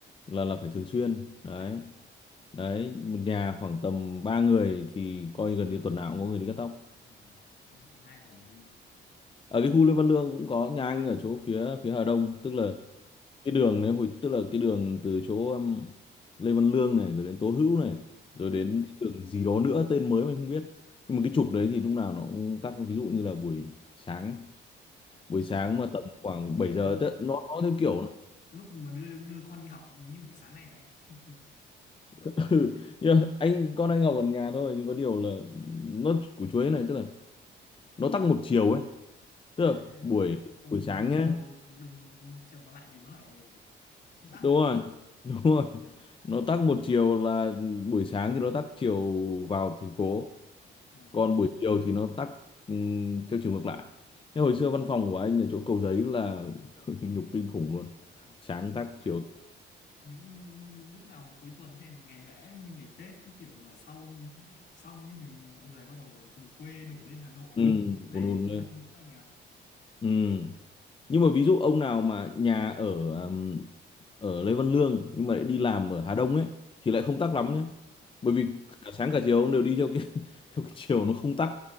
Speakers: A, on the left; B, on the left.
A: là là phải thường xuyên
B: ổn
A: đấy
B: định
A: đấy một nhà khoảng tầm 3 người thì coi gần như tuần nào cũng có người đi cắt tóc
B: rồi ra khoảng hai tuần đi
A: ở cái khu Lê Văn Lương cũng có nhà anh ở chỗ phía phía Hà Đông tức là cái đường đấy hồi tức là cái đường từ chỗ um, Lê Văn Lương này rồi đến Tố Hữu này
B: mở
A: rồi đến cái đường gì đó nữa tên mới mình không biết nhưng mà cái trục đấy thì lúc nào nó cũng tắc ví dụ như là buổi sáng ấy. buổi
B: sáng
A: sáng mà tầm khoảng 7 giờ
B: đưa,
A: tức nó nó
B: đưa
A: theo kiểu là-
B: lúc mà đưa đưa con đi học giống như buổi sáng này rồi anh
A: <laughs> Ừ, nhưng mà anh con anh Ngọc ở nhà thôi nhưng có điều là nó của chuối này tức là nó tắc một chiều ấy
B: <laughs>
A: tức là
B: à,
A: buổi
B: còn
A: buổi sáng
B: một
A: nhá
B: chiều đường một chiều còn lại thì nó lại công tác
A: đúng rồi đúng rồi nó tắc một chiều là buổi sáng thì nó tắc chiều vào thành phố
B: à,
A: còn buổi chiều thì nó tắc ừm, theo chiều ngược lại nhưng hồi xưa văn phòng của anh ở chỗ Cầu Giấy là <laughs> nhục kinh khủng luôn sáng tắc chiều tắc.
B: những lúc nào mà cuối tuần hay ngày lễ như ngày Tết cứ kiểu mà xong xong ấy thì mọi người bắt đầu từ quê đổ lên Hà Nội
A: ừ,
B: thì lúc đấy
A: buồn buồn
B: mới phải
A: lên
B: tắc nữa anh nhỉ
A: ừ. nhưng mà ví dụ ông nào mà nhà ở ừm, ở Lê Văn Lương nhưng mà lại đi làm ở Hà Đông ấy thì lại không tắc lắm nhé bởi vì cả sáng cả chiều ông đều đi theo cái <laughs> theo cái chiều nó không tắc